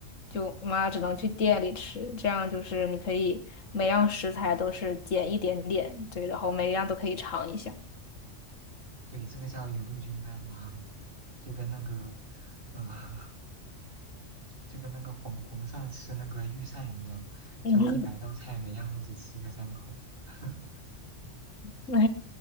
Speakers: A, on the left (about 90°); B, on the right (about 45°).
A: 就妈只能去店里吃，这样就是你可以每样食材都是减一点点，对，然后每一样都可以尝一下。
B: 对，这个叫雨露均沾嘛，就跟那个，呃，<laughs> 就跟那个皇皇上吃那个御膳一样，就一百道菜，
A: <laughs>
B: 每样都只吃个三口。<laughs>
A: 那